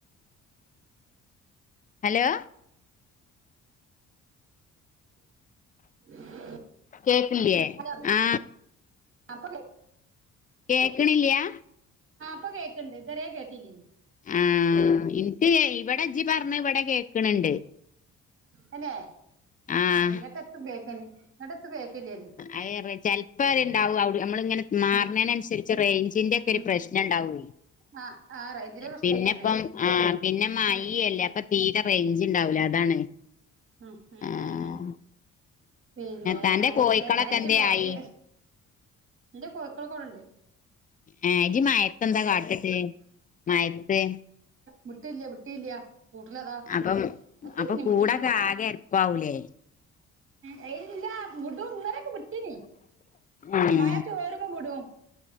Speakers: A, on the left; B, on the right.
A: ഹലോ
B: <inaudible>
A: കേക്കിലേആ
B: ഹലോ <unintelligible>
A: കേക്കണില്യാ
B: ഇപ്പ കേക്കണ്ട് ഇതേ രെകേട്ടില്ലായി നി
A: ആ ഇനിക്ക് ഇവിടെ ഇജ്ജ്‌പറഞ്ഞെ ഇവിടെ കേക്ക്ണ്ണ്ണ്ട്
B: അന്നെ
A: ആഹ്
B: ഏ ഇങ്ങോട്ട എത്തുംകേക്ക ഇങ്ങോട്ട എത്ത കേക്കലേ
A: <unintelligible> ചെലപ്പോ ത്ണ്ടാവും അവി നമ്മള ഇങ്ങനെ മാറണതിനന്നുസരിച്ച്
B: ആഹ്
A: റേഞ്ചിന്റെ ഒക്കെ
B: ഉം
A: ഒരു പ്രശ്നം ഉണ്ടാവൂേ
B: ആഹ് ആഹ് റേഞ്ചിന്റെ പ്രശ്നന്നേണ്
A: പിന്നെപ്പം ആ പിന്നെ മഴയല്ലേ
B: ഉം
A: അപ്പൊ തീരെ റേഞ്ച് ഉണ്ടാവലോ അതാണ്
B: മ്മ്
A: ആഹ്
B: മ്മ് മ്മ് പിന്നെ
A: തന്റെ
B: <unintelligible>
A: കോഴിക്കളൊക്കെ
B: ആയാഴ്ചപോര്
A: എന്തേ ആയി
B: ഇന്റെ കോയിക്കളൊക്കെ ടെണ്ട്
A: ആ ഇജി മയത്തെ എന്താ കാട്ടിട്ട് മയത്ത്
B: വുട്ടില്ല വുട്ടിയില്ല കൂട്ടിലതാ
A: അപ്പം
B: ഒറ്റ
A: അപ്പൊ
B: ന്നിനിം
A: കൂടൊക്കെ
B: വുട്ടില്ല
A: ആകെ എരപ്പാവൂലേ
B: അയില്ല വുടും ഇന്നലെക്കൊ വുട്ടിനി
A: ഏഹ്
B: മയ ചോരു ബാ വിടും